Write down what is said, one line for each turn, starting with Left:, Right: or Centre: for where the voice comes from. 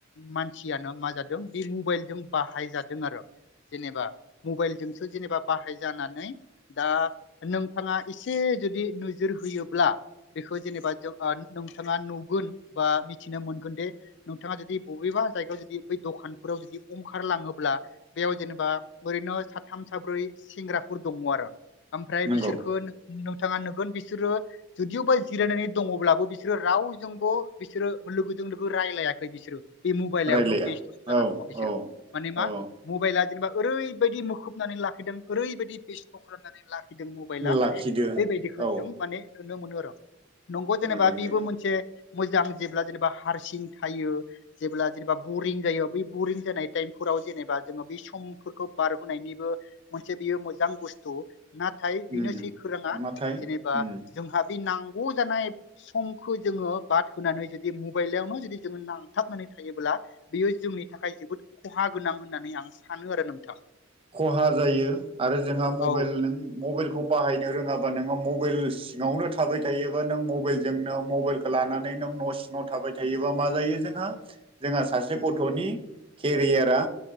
Left: मानसियानो मा जादों बे मबाइलजों बाहायजादों आरो जेनेबा मबाइलजोंसो जेनेबा बाहाय जानानै दा नोंथाङा एसे जुदि नोजोर होयोब्ला बेखौ जेनेबा जों ओ नोंथाङा नुगोन बा मिथिनो मोनगोन दि नोंथाङा जुदि बबेबा जायगायाव जुदि बै दखानफोराव जुदि ओंखारलाङोब्ला बेयाव जेनेबा बोरै नो साथाम साब्रै सेंग्राफोर दङ' आरो ओमफ्राय
Right: नंगौ
Left: बिसोरखौ थाङा नुगोन बिसोरो जुदिअबा जिरायनानै दङब्लाबो बिसोरो रावजोंबो बिसोरो लोगो जों लोगो रायलायाखै बिसोरो बे मबाइलावनो
Right: रायलाया
Left: बेस्थ'सो
Right: औ
Left: जानानै
Right: औ
Left: दङ बिसोरो माने
Right: औ
Left: मा मबाइला जेनेबा ओरैबायदि मोखबनानै लाखिदों ओरैबायदि बेस्थ' खालामनानै लाखिदों गिदों मबाइला
Right: लाखिदो
Left: माने बेबायदिखौ
Right: औ
Left: जों माने नुनो मोनो आरो नंगौ जेनेबा
Right: नुदों नुदों
Left: बेबो मोनसे मोजां जेब्ला जेनेबा हारसिं हायो जेब्ला जेनेबा बरिं जायो बै बरिं जानाय टाइमफोराव जेनेबा जोङो बै समफोरखौ बार होनायनिबो मोनसे बियो मोजां बुस्थु नाथाय बेनोसै
Right: उम
Left: खुराङा
Right: नाथाय
Left: जेनेबा
Right: उम
Left: जोंहा बे नां ज जानाय समखौ जोङो बाद होनानै जुदि मबाइलावनो जुदि जोङो नांथाबनानै थायोब्ला बेयो जोंनि थाखाय जोबोद खहा गोनां होननानै आं सानो आरो नोंथां
Right: खहा जायो आरो जोंहा मबाइल
Left: औ
Right: नों मबाइल खौ बाहायनो रोङाबा नोङो मबाइल सिङावनो थाबाय थायोबा नों मबाइलजोंनो मबाइलखौ लानानै नों न' सिङाव थाबाय थायोबा मा जायो जोंहा जोंहा सासे गथ'नि केरियारा